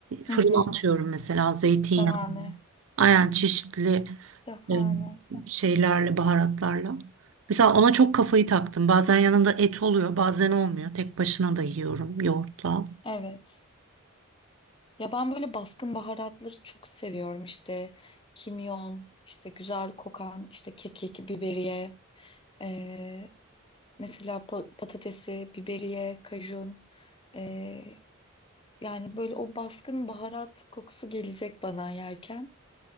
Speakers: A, on the right; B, on the left.
A: Fırına
B: Hı hı.
A: atıyorum mesela zeytinyağı.
B: Şahane.
A: Aynen çeşitli
B: Şahane.
A: e, şeylerle, baharatlarla. Mesela ona çok kafayı taktım. Bazen yanında et oluyor, bazen olmuyor. Tek başına da yiyorum yoğurtla.
B: Evet. Ya ben böyle baskın baharatları çok seviyorum. İşte kimyon, işte güzel kokan, işte kekik, biberiye, eee, mesela pa- patatesi, biberiye, kajun. Eee, yani böyle o baskın baharat kokusu gelecek bana yerken.